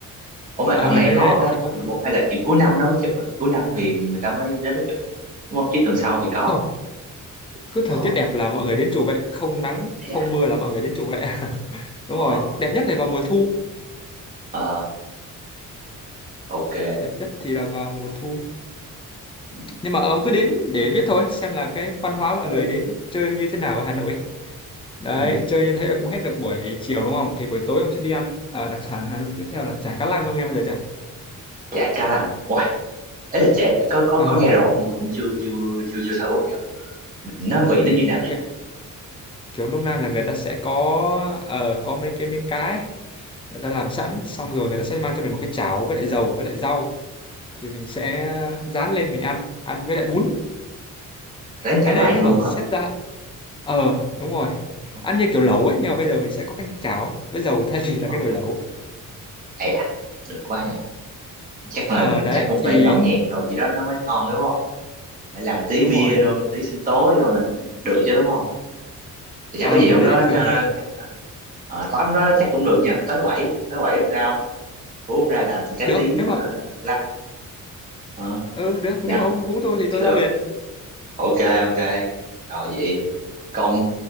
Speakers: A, on the right; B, on the left.
A: ủa mà
B: ở
A: tầm này
B: đây
A: có
B: đấy
A: không á
B: thì
A: có
B: ông
A: chụp không hay là chỉ cuối năm nó mới chụp thôi cuối năm thì người ta mới đến nó chụp thôi. đúng không chứ tuần sau thì có không
B: không cứ thời
A: ờ
B: tiết đẹp là mọi người đến chùa vậy không nắng
A: dạ
B: không mưa là mọi người đến chùa vậy <laughs> đúng
A: ồ
B: rồi đẹp nhất là vào mùa thu
A: Ờ, ok.
B: đẹp nhất thì là vào mùa thu
A: Ừ.
B: nhưng mà ông cứ đến để biết thôi xem là cái văn hóa mọi
A: ừ
B: người đến chơi như thế nào ở Hà Nội đấy
A: Ừ.
B: chơi như thế là cũng hết được buổi chiều đúng không thì buổi tối ông sẽ đi ăn ờ, đặc sản Hà Nội tiếp theo là chả cá lăng ông nghe bao giờ chưa
A: Chả cá lăng. Uầy, ấy là chả có có
B: ờ
A: có nghe rồi nhưng mà cũng chưa chưa chưa chưa thử bao giờ. Mình nó vị nó như nào nhỉ?
B: cái- kiểu nôm na là người ta sẽ có ờ, có mấy cái miếng cá ấy, người ta làm sẵn xong rồi người ta sẽ mang cho mình một cái chảo với lại dầu với lại rau thì mình sẽ rán lên mình ăn ăn với lại bún
A: Đánh
B: cái
A: tại bàn
B: đấy nếu
A: luôn
B: mà
A: hả?
B: xét ra ờ đúng rồi
A: Ờ,
B: ăn như kiểu lẩu ấy nhưng mà bây giờ mình sẽ có cái chảo với dầu <laughs> thay vì là
A: ờ.
B: cái nồi lẩu
A: Ê à, được quá nhỉ. Chắc
B: ờ
A: là
B: đấy
A: chắc cũng
B: thì
A: phải nhậu nhẹt rồi gì đó nó mới ngon đúng không? Phải làm tí
B: đúng
A: bia
B: rồi
A: rồi tí sinh tố rồi nó mới được chứ đúng không? Thì
B: ờ
A: chắc có gì hôm
B: cái đấy
A: đó
B: thì thường
A: ờ,
B: là
A: chắc ờ, tối hôm đó chắc cũng được nhỉ. Tới thứ bảy, tới thứ bảy hôm ra không? Hôm ra làm cái
B: được
A: tí
B: nếu
A: ờ,
B: mà
A: lăng. Ờ,
B: ừ, được
A: nhờ.
B: nếu mà ông hú tôi thì tôi
A: Được.
B: ra liền
A: ok ok rồi vậy còn